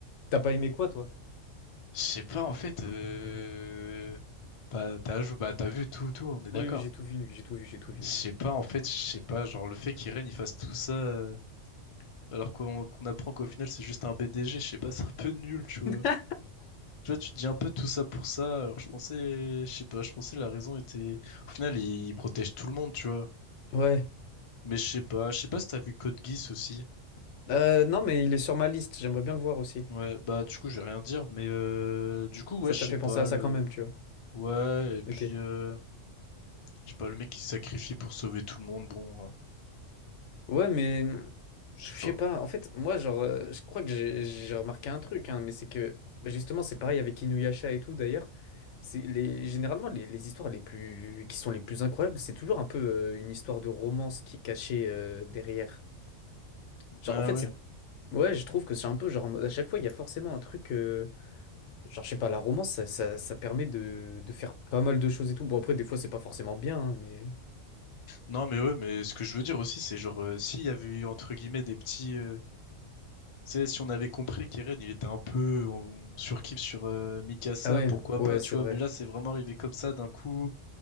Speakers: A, on the left (about 70°); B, on the left (about 55°).
A: T'as pas aimé quoi, toi?
B: Je sais pas, en fait, euh... bah, t'as, bah, t'as vu tout, tout, on est
A: Oui,
B: d'accord.
A: oui, j'ai tout vu, lui, j'ai tout vu, j'ai tout vu.
B: Je sais pas, en fait, je sais pas, genre le fait qu'Irene il fasse tout ça, euh, alors qu'on qu'on apprend qu'au final c'est juste un BDG, je sais pas, c'est un peu nul, tu vois.
A: <laughs>
B: Tu vois, tu te dis un peu tout ça pour ça, alors je pensais, je sais pas, je pensais la raison était... Au final, il, il protège tout le monde, tu vois.
A: Ouais.
B: Mais je sais pas, je sais pas si t'as vu Code Geass aussi.
A: Euh, non, mais il est sur ma liste, j'aimerais bien le voir aussi.
B: Ouais, bah du coup, j'ai rien à dire, mais euh, du coup,
A: Ça
B: ouais, je
A: t'a
B: sais
A: fait
B: pas,
A: penser à ça
B: le...
A: quand même, tu vois.
B: Ouais, et puis,
A: Ok.
B: euh, je sais pas, le mec qui se sacrifie pour sauver tout le monde, bon, ouais,
A: Ouais, mais mm,
B: je
A: je
B: sais
A: sais
B: pas.
A: pas. En fait, moi, genre, euh, je crois que j'ai j'ai remarqué un truc, hein, mais c'est que bah, justement, c'est pareil avec Inuyasha et tout d'ailleurs. C'est les généralement les, les histoires les plus qui sont les plus incroyables, c'est toujours un peu euh, une histoire de romance qui est cachée euh, derrière. Genre,
B: Ouais,
A: en fait,
B: ouais.
A: c'est ouais, je trouve que c'est un peu genre en mode- à chaque fois, il y a forcément un truc. euh, Genre, je sais pas, la romance, ça, ça, ça permet de, de faire pas mal de choses et tout. Bon, après, des fois, c'est pas forcément bien, hein, mais...
B: Non, mais ouais, mais ce que je veux dire aussi, c'est genre, euh, s'il y avait eu, entre guillemets, des petits... euh, tu sais, si on avait compris qu'Eren, il était un peu... On surkiffe sur euh, Mikasa,
A: Ah ouais,
B: pourquoi
A: ouais,
B: pas,
A: c'est
B: tu vois.
A: vrai.
B: Mais là, c'est vraiment arrivé comme ça, d'un coup,